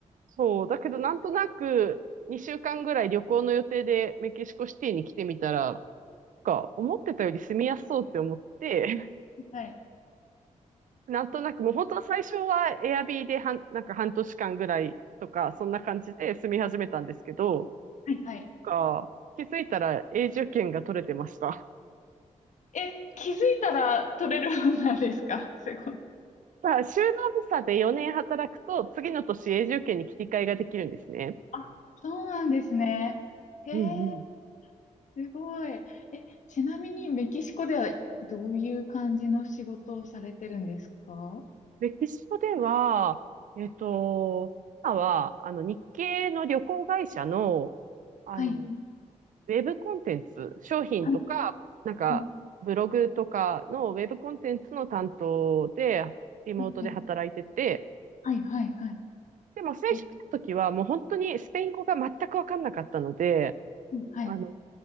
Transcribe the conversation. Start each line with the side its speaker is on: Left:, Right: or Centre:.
Right: そう、だけどなんとなく、2週間ぐらい旅行の予定でメキシコシティに来てみたら、なんか思ってたより住みやすそうって思って、
Left: はい。
Right: <laughs> なんとなくもう本当は最初はエアビーで半、なんか半年間ぐらいとか、そんな感じで住み始めたんですけど、
Left: はいはい。
Right: なんか気づいたら永住権が取れてました。
Left: え、気づいたら取れるもんなんですかすごい。
Right: さあ、就農ビザで4年働くと、次の年永住権に切り替えができるんですね。
Left: あ、そうなんですね。へえ。
Right: うんうん。
Left: すごい。え、ちなみにメキシコではどういう感じの仕事をされてるんですか
Right: メキシコでは、えっと、今は、あの、日系の旅行会社の、あの、
Left: はい。
Right: ウェブコンテンツ、商品とか、
Left: はい。
Right: なんか、
Left: うん
Right: ブログとかのウェブコンテンツの担当で、リモートで働いてて、
Left: はいはい。はい。はい。はい。
Right: でも最初来た時はもう本当にスペイン語が全くわかんなかったので、
Left: え、うんはい。
Right: あの、